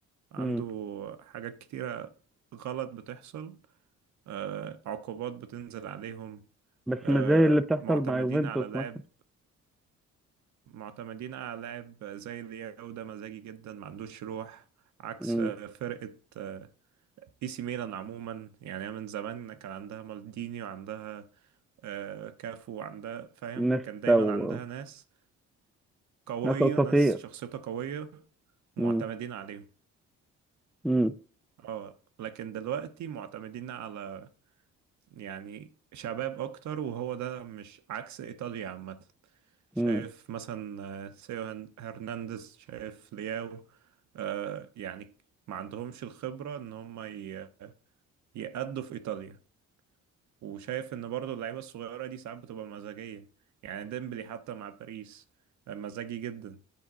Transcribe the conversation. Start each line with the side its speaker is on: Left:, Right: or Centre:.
Right: عنده
Centre: مم.
Right: حاجات كتيرة غلط بتحصل آه، عقوبات بتنزل عليهم
Centre: بس
Right: آه،
Centre: مش زي اللي بتحصل
Right: معتمدين
Centre: مع يوفنتوس
Right: على لاعب
Centre: مثلا
Right: معتمدين على لاعب زي لياو ده مزاجي جدا ما عندوش روح عكس
Centre: مم.
Right: آه، فرقة آه، اي سي ميلان عموما يعني هي من زمان كان عندها مالديني وعندها آه، كافو وعندها فاهم
Centre: ناس
Right: كان دايما
Centre: تو
Right: عندها ناس قوية
Centre: ناس اساطير
Right: ناس شخصيتها قوية
Centre: مم.
Right: ومعتمدين عليهم
Centre: مم.
Right: اه لكن دلوقتي معتمدين على يعني شباب اكتر وهو ده مش عكس ايطاليا عامة شايف
Centre: مم.
Right: مثلا آه، سيو هن- هرنانديز شايف لياو آه، يعني ما عندهمش الخبرة ان هم ي- يأدوا في ايطاليا وشايف ان برضو اللعيبة الصغيرة دي ساعات بتبقى مزاجية يعني ديمبلي حتى مع باريس آه، مزاجي جدا